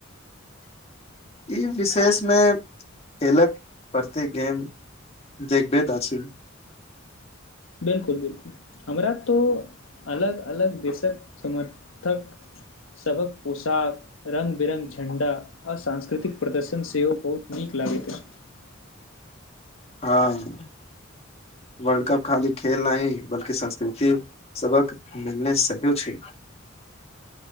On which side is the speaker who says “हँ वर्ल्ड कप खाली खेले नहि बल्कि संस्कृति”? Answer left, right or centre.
Left